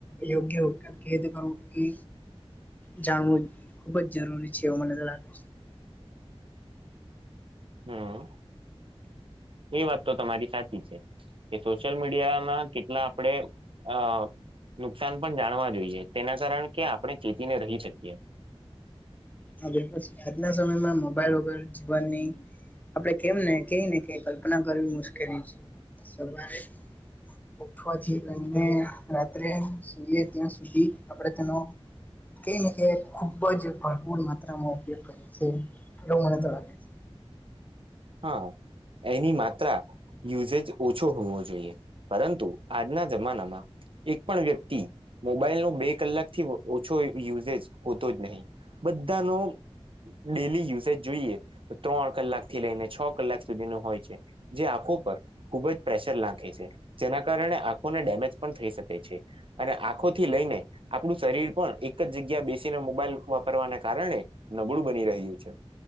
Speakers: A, on the left; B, on the right.
A: યોગ્ય ઉપયોગ કેવી રીતે કરવું એ જાણવું ખુબ જ જરૂરી છે એવ મને લાગે છે. <inaudible>
B: હમ એ વાત તો તમારી સાચી છે. કે સોશિયલ મીડિયાના કેટલા આપડે અ નુકસાન પણ જાણવા જોઈએ તેના કારણે કે આપણે ચેતીને રહી શકીએ.
A: હવે પછી આજના સમયમાં મોબાઈલ વગર જીવનની આપડે કેમ ને કઈ ને કઈ કલ્પના કરવી મુશ્કેલી છે સવારે ઉઠવાથી લઈને રાત્રે સુઈએ ત્યાં સુધી આપણે તેનો કઈ ને એ ખુબ જ પણ માત્રા ઉપયોગ કરે છે એવ મને તો લાગે છે.
B: હા એની માત્રા યુઝજ ઓછો હોવો જોઈએ પરંતુ આજના જમાનામાં એક પણ વ્યક્તિ મોબાઈલ નો બે કલાક થી ઓછો યુઝેશ હોતો જ નહી બધાનો ડેલી યુઝજ જોઈએ ત્રણ કલાક થી લઈને છ કલાક સુધીનો હોય છે જે આંખો પર ખુબ જ પ્રેશર નાંખે છે જેના કારણે આંખો ડેમેજ પણ થઈ શકે છે અને આંખોથી લઈને આપણું શરીર પણ એક જ જગ્યા બેસીને મોબાઈલ વાપરવાને કારણે નબળું બની રહ્યું છે.